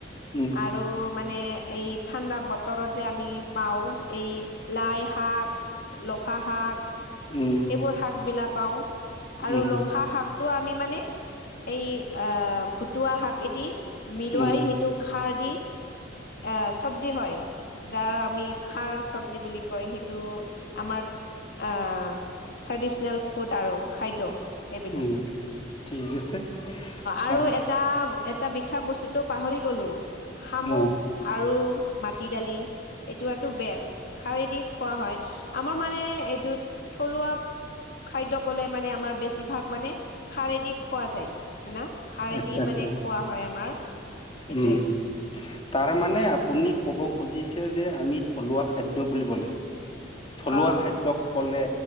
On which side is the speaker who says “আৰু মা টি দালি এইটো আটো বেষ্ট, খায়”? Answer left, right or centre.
Left